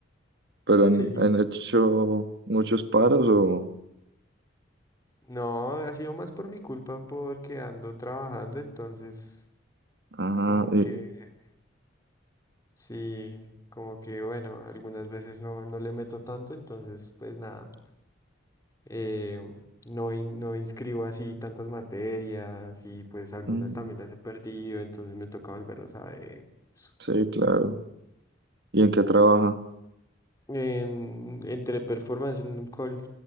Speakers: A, on the right; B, on the left.
A: Pero han,
B: Sí.
A: han hecho muchos paros o...
B: No, ha sido más por mi culpa porque ando trabajando, entonces
A: Ah,
B: como
A: y-
B: que Sí, como que bueno, algunas veces no, no le meto tanto, entonces pues nada, eh, no, in- no inscribo así tantas materias y pues algunas
A: mm,
B: también las he perdido, entonces me toca volverlas a ver. Eso.
A: sí, claro. ¿Y en qué trabaja?
B: En, entre performance en un call.